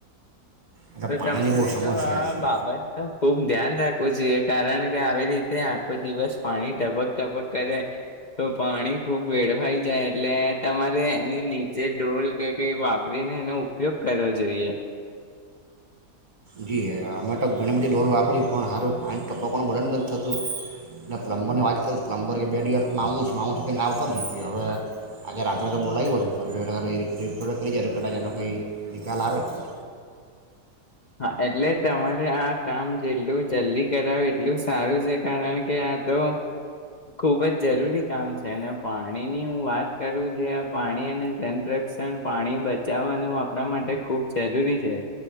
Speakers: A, on the right; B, on the left.
A: એટલે
B: તો
A: પાણીની
B: તમારે
A: બહુ સમસ્યા
B: તો આ
A: છે
B: બાબતનુ ખુબ ધ્યાન રાખવું જોઈએ કારણ કે આવી રીતે આખો દિવસ પાણી ટપક ટપક કરે તો પાણી ખુબ વેળવાઈ જાય એટલે તમારે એની નીચે ડોલ કે કઈ વાપરીને એનો ઉપયોગ કરવો જોઈએ.
A: જી અમે તો ઘણી બધી ડોલ વાપરી પણ હારું પાંણી ટપકવાનું બંધ જ નથી થતું ને પ્લમબરની વાત કરી પ્લમ્બર કે બે દિવસમાં આવું છું આવું છું કેને આવતો જ નથી હવે આજે રાત્રે તો બોલાયવો છે ફરી રિ રિપેર કરી જાય તો કદાચ એનો કંઈ નિકાલ આવે જને
B: હા, એટલે તમારે આ કામ જેટલું જલ્દી કરાવે એટલું સારું છે કારણ કે આ તો ખુબજ જરૂરી કામ છે અને પાણીની હું વાત કરું જે આ પાણી અને જનરક્ષણ પાણી બચાવવાનું આપણા માટે ખૂબ જરૂરી છે.